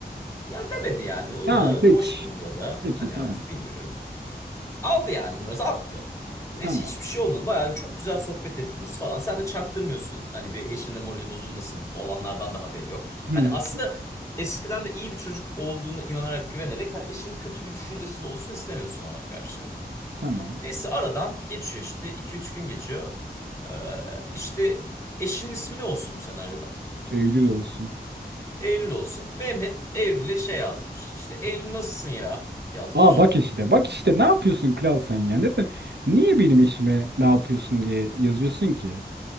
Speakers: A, on the left (about 15°); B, on the right (about 80°).
A: Ya demedi yani. O
B: Tamam
A: da
B: peki.
A: boş bulunuyor da.
B: Peki
A: Hani
B: tamam.
A: artık bilmiyorum. Aldı yani numarası attı. Neyse
B: Tamam.
A: hiçbir şey olmadı. Bayağı çok güzel sohbet ettiniz falan. Sen de çaktırmıyorsun. Hani bir eşinin de morali bozulmasın. Olanlardan da haberi yok.
B: Hı,
A: Hani
B: hı,
A: aslında eskiden de iyi bir çocuk olduğunu inanarak güvenerek hani eşinin kötü bir düşüncesi de olsun istemiyorsun ona karşı.
B: tamam.
A: Neyse aradan geçiyor işte iki üç gün geçiyor. Ee, işte eşinin ismi ne olsun bu senaryoda?
B: Eylül olsun.
A: Eylül olsun. Mehmet Eylül'e şey yazmış. İşte Eylül nasılsın ya yazmış.
B: Aa bak işte bak işte ne yapıyorsun kral sen ya? Neden, niye benim eşime ne yapıyorsun diye yazıyorsun ki?